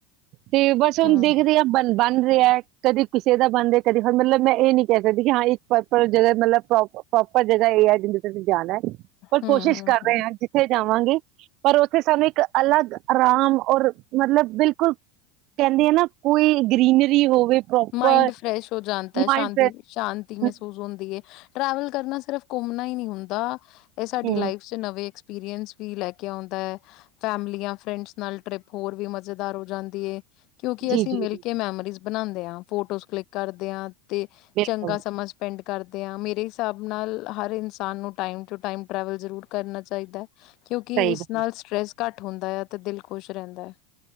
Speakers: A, on the right (about 50°); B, on the left (about 55°).
A: ਤੇ ਬਸ ਹੁਣ
B: ਹੂੰ,
A: ਦੇਖਦੇ ਆ ਬ ਬਣ ਰਿਹਾ। ਕਦੀ ਕਿਸੇ ਦਾ ਬਣਦੇ ਹੈ ਕਦੇ ਹ ਮਤਲਬ ਮੈਂ ਇਹ ਨੀ ਕਹਿ ਸਕਦੀ ਕਿ ਹਾਂ ਇੱਕ ਪ੍ਰਪਰ ਜਗ੍ਹਾ ਮਤਲਬ ਪ੍ਰੋਪਰ ਜਗ੍ਹਾ ਇਹ ਹੈ ਜਿਦੇ ਤੁਸੀਂ ਜਾਣਾ ਪਰ
B: ਹੂੰ,
A: ਕੋਸ਼ਿਸ਼
B: ਹੂੰ,
A: ਕਰ
B: ਹੂੰ।
A: ਰਹੇ ਹਾਂ ਜਿੱਥੇ ਜਾਵਾਂਗੇ ਪਰ ਉੱਥੇ ਸਾਨੂੰ ਇੱਕ ਅਲੱਗ ਆਰਾਮ ਔਰ ਮਤਲਬ ਬਿਲ ਕੁਲ ਕਹਿੰਦੀ ਆ ਨਾ ਕੋਈ ਗ੍ਰਰੀਨਰੀ ਹੋਵੇ ਪ੍ਰੋਪਰ
B: ਮਾਇੰਡ ਫਰੈਸ਼ ਹੋ ਜਾਂਦਾ ਹੈ, ਸ਼ਾਂਤੀ-ਸ਼ਾਂਤੀ
A: ਮਾਈਂਡ ਫਰੈਸ਼
B: ਮਹਿਸੂਸ ਹੁੰਦੀ ਹੈ। ਟਰੈਵਲ ਕਰਨਾ ਸਿਰਫ ਘੁੰਮਣਾ ਹੀ ਨਹੀਂ ਹੁੰਦਾ ਇਹ ਸਾਡੀ
A: ਹਮ,
B: ਲਾਈਫ ਚ ਨਵੇਂ ਐਕਸ ਐਕਸਪੀਰੀਅੰਸ ਵੀ ਲੈ ਕੇ ਆਉਂਦਾ ਹੈ, ਫੈਮਲੀਆਂ ਫਰੈਂਡਸ ਨਾਲ ਟਰਿਪ ਹੋਰ ਵੀ ਮਜ਼ੇਦਾਰ ਹੋ ਜਾਂਦੀ ਏ। ਕਿਉਂਕਿ
A: ਜੀ
B: ਅਸੀਂ
A: ਜੀ
B: ਮਿਲ
A: ਜੀ
B: ਕੇ ਮੈਮਰੀਜ਼ ਬਣਾਂਦੇ ਹਾਂ। ਫੋਟੋਸ ਕਲਿੱਕ ਕਰਦੇ ਆਂ। ਤੇ
A: ਬਿਲਕੁਲ
B: ਚੰਗਾ ਸਮਾਂ ਸਪੈਂਡ ਕਰਦੇ ਹਾਂ ਮੇਰੇ ਹਿਸਾਬ ਨਾਲ ਹਰ ਇਨਸਾਨ ਨੂੰ ਟਾਈਮ ਟੂ ਟਾਈਮ ਟਰੈਵਲ ਜ਼ਰੂਰ ਕਰਨਾ ਚਾਹੀਦਾ। ਕਿਉਂਕਿ
A: ਸਹੀ
B: ਇਸ
A: ਗੱਲ
B: ਨਾਲ
A: ਹੈ,
B: ਸਟਰ੍ਰੈਸ ਘੱਟ ਹੁੰਦਾ ਆ ਅਤੇ ਦਿਲ ਖੁਸ਼ ਰਹਿੰਦਾ ਹੈ।